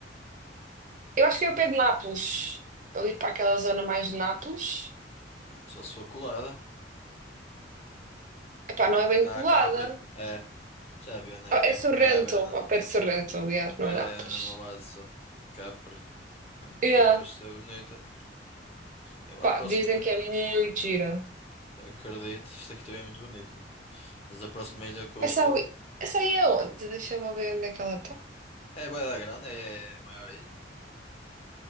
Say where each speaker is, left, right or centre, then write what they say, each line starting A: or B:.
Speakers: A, on the right (about 45°); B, on the left (about 35°).
A: Eu acho que é o pé de Nápoles. Ali para aquela zona mais de Nápoles.
B: ah, Só se for colada.
A: Epá, não é bem
B: Ah,
A: colada.
B: Capri. É, já vi onde é
A: Ah,
B: que
A: É
B: é.
A: Sorrento,
B: É à beira não.
A: ao pé de Sorrento, aliás, não
B: É
A: é Nápoles.
B: mesmo ao lado só. Capri. Ah,
A: Yeah.
B: é capaz de ser bonita. Eu
A: Pá,
B: a próxima.
A: dizem que é muito gira.
B: Acredito. Isto aqui também é muito bonito. Mas a próxima ilha que eu
A: Essa
B: vou.
A: aí, essa aí é onde? Deixa-me ver onde é que ela está.
B: É bué da grande, é a maior ilha.